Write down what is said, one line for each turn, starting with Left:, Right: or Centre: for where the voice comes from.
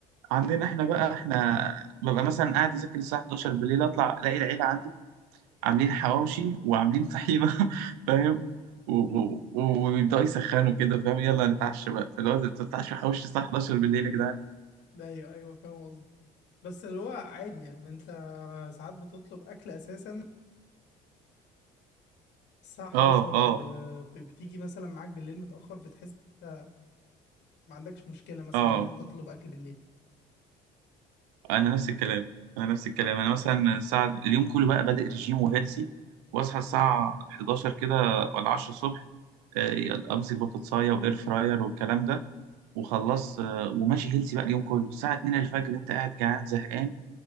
Right: عندنا احنا بقى احنا ببقى مثلا قاعد اذاكر الساعه 11 بالليل اطلع الاقي العيله عندي عاملين حواوشي وعاملين طحينه <laughs> فاهم و- و- و- وبيبداوا يسخنوا كده فاهم يلا نتعشى بقى فاللي هو تتعشى حواوشي الساعه 11 بالليل يا جدعان
Left: <laughs> ايوه ايوه فاهم قصدك بس اللي هو عادي يعني ما انت ساعات بتطلب اكل اساسا الساعة 11
Right: اه اه
Left: وبتيجي مثلا معاك بالليل متأخر بتحس انت ما عندكش مشكلة مثلا
Right: اه
Left: ان انت تطلب اكل بالليل
Right: انا نفس الكلام انا نفس الكلام انا مثلا الساعه اليوم كله بقى بادئ رجيم وهيلسي واصحى الساعه 11 كده ولا 10 الصبح آه، امسك بطاطسايه واير فراير والكلام ده وخلص آه، وماشي هيلسي بقى اليوم كله الساعه 2 الفجر انت قاعد جعان زهقان